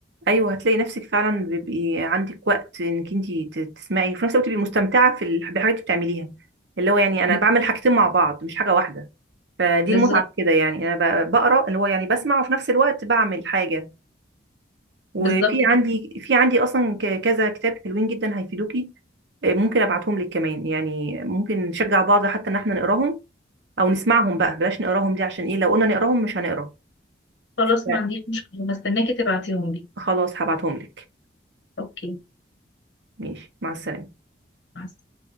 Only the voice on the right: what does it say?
ايوه هتلاقي نفسك فعلا بيبقي عندك وقت انك انت تسمعي وفي نفس الوقت تبقي مستمتعه في ال- بالحاجات اللي بتعمليها اللي هو يعني انا
بعمل حاجتين مع بعض مش حاجه واحده فدي
المتعه في كده يعني انا ب- بقرا اللي هو يعني بسمع وفي نفس الوقت بعمل حاجه وفي
عندي في عندي اصلا ك- كذا كتاب حلوين جدا هيفيدوكي آه، ممكن ابعتهم لك كمان يعني ممكن نشجع بعض حتى ان احنا نقراهم او نسمعهم بقى بلاش نقراهم دي عشان ايه لو قلنا نقراهم مش هنقرا
لا،
خلاص هبعتهم لك
ماشي مع السلامه